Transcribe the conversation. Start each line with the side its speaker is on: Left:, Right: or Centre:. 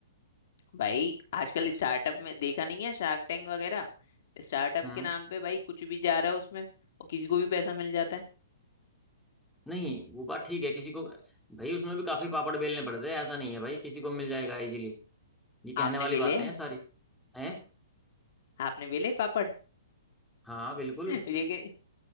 Left: भाई आजकल स्टार्टअप में देखा नहीं है शार्क टैंक वगैरह स्टार्टअप
Centre: हम्म
Left: के नाम पे भाई कुछ भी जा रहा है उसमें और किसी को भी पैसा मिल जाता है
Centre: नहीं वो बात ठीक है किसी को भाई उसमें भी काफी पापड़ बेलने पड़ते हैं ऐसा नहीं है भाई किसी को मिल जाएगा इजीली ये कहने
Left: आपने
Centre: वाली
Left: बेले
Centre: बातें
Left: हैं
Centre: हैं सारी हैं
Left: आपने बेले पापड़ <laughs>
Centre: हाँ बिल्कुल
Left: लेकिन